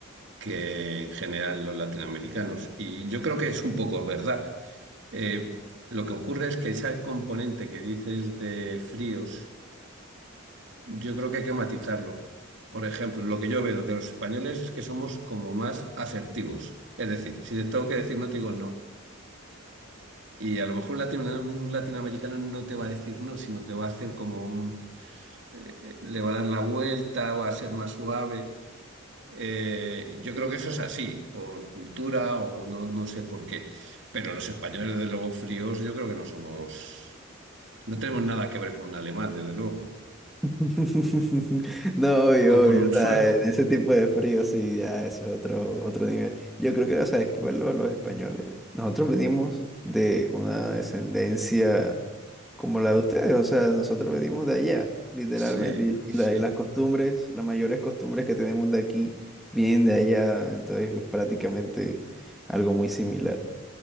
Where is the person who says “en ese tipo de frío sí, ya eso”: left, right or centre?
Centre